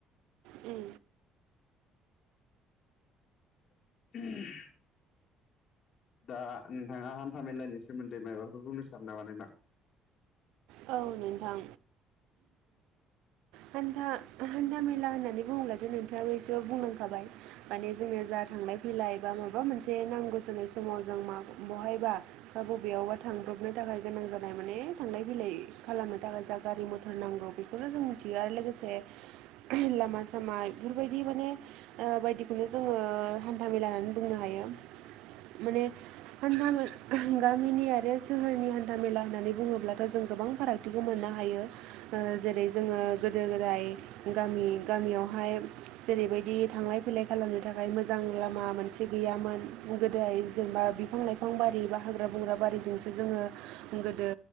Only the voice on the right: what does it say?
उम।
औ नोंथां। हान्था हान्था मेला होननानै बुङोब्लाथ' नोंथाङाबो एसे बुंनांखाबाय माने जोंनो जा थांलाय फैलाय बा माबा मोनसे नांगौ जोनाय समाव जों म बहायबा बा बबेयावबा थां ग्रुपनो थाखाय गोनां जानाय माने थांनाय बिलाइ खालामनो थाखाय जा गारि मथर नांगौ बेखौनो जों मिथियो आरो लोगोसे लामा सामा बेफोरबायदि माने ओ बायदिखौनो जोङो हान्थामेला होननानै बुंनो हायो। माने हान्था मे गामिनि आरो सोहोरनि हान्था मेला होननानै बुङोब्ला जों गोबां फारागथिखौ मोननो हायो ओ जेरै जोङो गोदो गोदाय गामि गा गामियावहाय जेरैबायदि थांलाय फैलाय खालामनो थाखाय मोजां लामा मोनसे गैयामोन। गोदोहाय जेनेबा बिफां लाइफां बारि बा हाग्रा बंग्रा बारिजोंसो जोङो गोदो